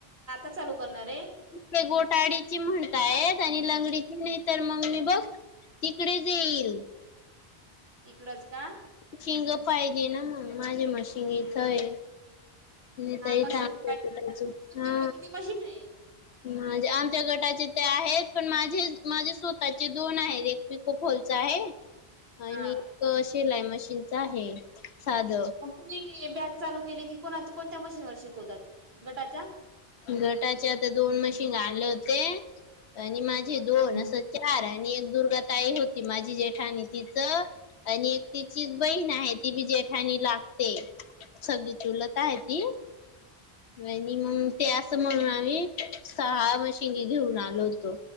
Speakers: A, on the right (about 70°); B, on the left (about 85°).
A: चालू करणार आहे.
B: ते गोटाडीची म्हणताय आणि लंगडीची नाही तर मग मी बघ. तिकडे जा येईल.
A: इकडच का
B: कि ग पाहिजे ना मग माझे मग शिंग इथं आहे. नाही
A: हा
B: तही
A: मशीन
B: छांगतयच
A: पाहिजे ना
B: त्याच
A: तुमच्याकडे
B: हा
A: किती मशीन आहे
B: माझे आमच्या गटाचे ते आहेत पण माझे माझे स्वतःचे दोन आहेत एक पिको फोल होते आहे, आणि
A: हा.
B: एक शिलाई मशीनचा आहे, साध.
A: मग तुम्ही बॅच चालू केली कि को कोणत्या मशीन वर शिकवतात, गटाच्या
B: गटाचे आता दोन मशीन आणलं होते होते. आणि माझे
A: हम्म
B: दोन असं चार आणि दुर्गाताई हो ती माझी जेठानी तिच आणि एक तिचीच बहीण आहे, ती बी जेठाणी लागते. सगी च चुलत आहे ती आणि मग ते असं म्हणून आम्ही सहा मशीिनी घेऊन आलो होतो.